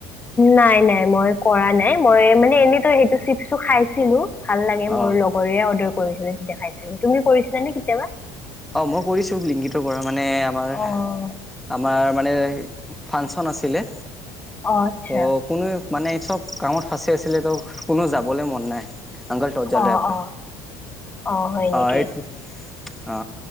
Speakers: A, on the left (about 20°); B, in the centre.
A: নাই নাই মই কৰা নাই মই মানে এনেইতো সেইটো চিপছো খাইছিলো ভাল লাগে মোৰ
B: অ
A: লগৰ অৰ্ডাৰ কৰিছিলে তেতিয়া খাইছিলো তুমি কৰিছিলা নে কেতিয়াবা <unintelligible>
B: অ মই কৰিছো ব্লিংকিতৰ পৰা মানে আমাৰ
A: অ'
B: আমাৰ মানে ফাংচন আছিলে
A: অ' আচ্ছা।
B: ত' কোনোৱে মানে এই চব কামত ফাঁচি আছিলে ত কোনো যাবলৈ মন নাই অংকল টজ
A: অঁ
B: জল ৰাহা
A: অঁ অঁ হয় নেকি
B: হে আপকা অ